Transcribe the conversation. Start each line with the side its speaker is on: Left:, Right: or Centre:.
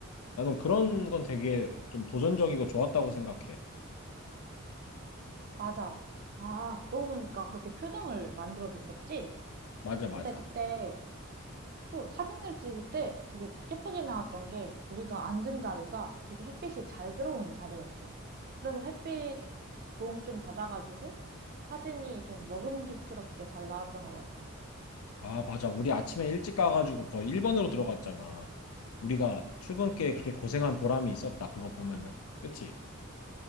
Left: 나는 그런 건 되게 좀 도전적이고 좋았다고 생각해.
Right: 맞아. 아, 그러고 보니까 그렇게 표정을 만들어줬었지?
Left: 맞아,
Right: 근데
Left: 맞아.
Right: 그때 또 사진을 찍을 때 되게 예쁘게 나왔던 게 우리가 앉은 자리가 되게 햇빛이 잘 들어오는 자리였어. 그래서 햇빛 도움 좀 받아가지고 사진이 좀 먹음직스럽게 잘 나왔던 것 같아.
Left: 아, 맞아. 우리 아침에 일찍 가가지고 거의 1번으로 들어갔잖아. 우리가 출근길에 그렇게 고생한 보람이 있었다. 그거 보면은. 그치?